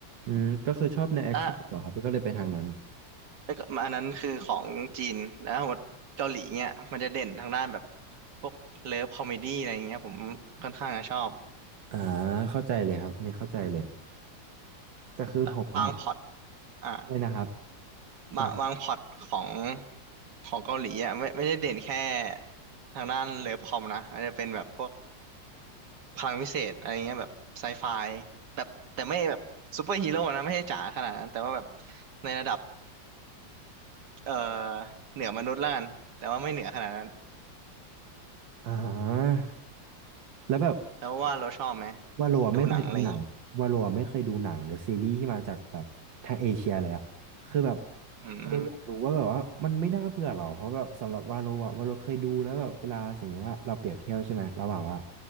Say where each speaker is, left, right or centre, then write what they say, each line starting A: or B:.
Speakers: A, on the right (about 80°); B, on the right (about 65°).
A: อืมก็คือชอบในแอคชั่นเหรอครับแล้วก็เลยไปทางนั้น
B: อ่ะแล้วก็อันนั้นคือของจีนแล้วหมดเกาหลีเงี้ยมันจะเด่นทางด้านแบบพวกเลิฟคอมเมดี้อะไรเงี้ยผมค่อนข้างจะชอบ
A: อ่าเข้าใจเลยครับอันนี้เข้าใจเลยแต่คือผมอะ
B: แล้วบางพล็อตอ่ะ
A: เนี่ยนะครับ
B: บางบางพล็อตของ
A: แบบ
B: ของเกาหลีอ่ะไม่ไม่ได้เด่นแค่ทางด้านเลิฟคอมนะอาจจะเป็นแบบพวกพลังวิเศษอะไรเงี้ยแบบไซไฟแบบแต่ไม่แบบซูเปอร์ฮีโร่นะไม่ใช่จ๋าขนาดนั้นแต่ว่าแบบในระดับเอ่อเหนือมนุษย์ละกันแต่ว่าไม่เหนือขนาดนั้น
A: อ่าแล้วแบบ
B: แล้วว่าเราชอบไหม
A: วาโลอะไม่เคยดูหนังวาโลอะไม่เคยดูหนังหรือซีรีส์ที่มาจากแบบทางเอเชียเลยอะคือแบบ
B: ดูหนังอะไรอย่างงี้อืม
A: เราอยากรู้ว่าแบบว่ามันไม่น่าเบื่อหรอเพราะแบบสำหรับวาโลอะวาโลเคยดูแล้วแบบเวลาสมมติว่าเราเปรียบเทียบใช่ไหมระหว่างว่า
B: <laughs>